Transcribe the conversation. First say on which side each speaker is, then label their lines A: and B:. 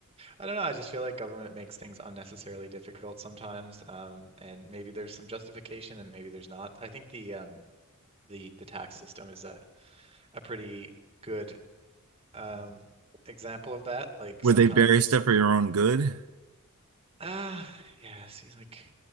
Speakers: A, on the right; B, on the right.
A: I don't know. I just feel like government makes things unnecessarily difficult sometimes. Um, and maybe there's some justification and maybe there's not. I think the um the the tax system is a a pretty good um example of that. Like
B: Would
A: sometimes,
B: they bury stuff for your own good?
A: ah, yeah, see, like